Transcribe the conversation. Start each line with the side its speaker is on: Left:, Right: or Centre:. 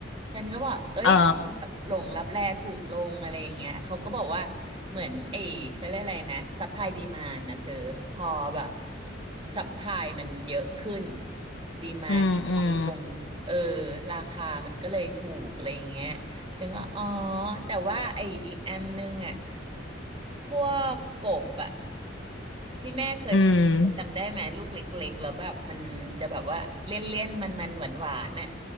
Right: ฉันก็บอกเอ้ยทำไมแบบหลงลับแลถูกลงอะไรอย่างเงี้ย
Left: อ่า
Right: เขาก็บอกว่าเหมือนไอ้เขาเรียกอะไรนะซัพพลายดีมานนะเธอพอแบบซัพพลายมันเยอะขึ้นดีมานน้อยลงเออ
Left: อืมอืม
Right: ราคามันก็เลยถูกอะไรอย่างเงี้ย ถึงก็อ๋อแต่ว่าไอ้อีกอันนึงอ่ะพวกกบอ่ะที่แม่เคยซื้อจำได้ไหมลูกเล็กๆแล้วแบบมันจะแบบว่าเลี่ยนๆมันๆหวานๆน่ะ
Left: อืม